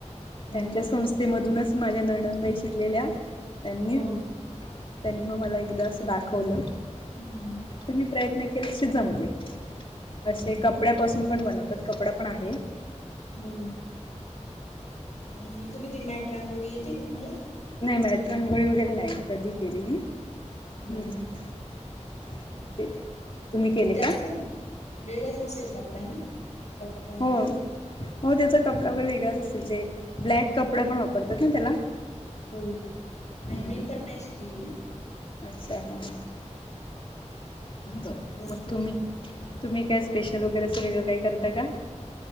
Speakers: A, on the left; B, on the left.
A: हो
B: त्यांच्या
A: ना
B: संस्थेमधूनच माझ्या नणदाई शिकलेल्या त्यांनी
A: हो
B: हा
A: हो
B: त्यांनी मग मला एकदा असं दाखवलं
A: हम्म
B: तुम म्ही प्रयत्न केलसे जमले असे
A: हो ना
B: कपड्यापासून पण बनवतात कपडा पण आहे
A: हो आणि तुम्ही ती मॅट रांगोळी येते का तुम्हाला
B: नाही मॅट्र रंगोळी वगैरे नाही कधी केलेली्
A: हो
B: अ ते तुम्ही केले
A: त्याच
B: का
A: पण वेगळाच असेल कपडा ना कपडा
B: होर हो त्याचा कपडा वगैरे वेगळाच असेल ते ब्लॅक कपडा पण वापरतात ना त्याला
A: हो नाही
B: हम्म
A: मी पण नाही शिकलेली
B: अच्छा हा हा बरं
A: भरपूर
B: मग तुम्ही तुम्ही काय स्पेशल वगैरे असं वेगळं काही करता का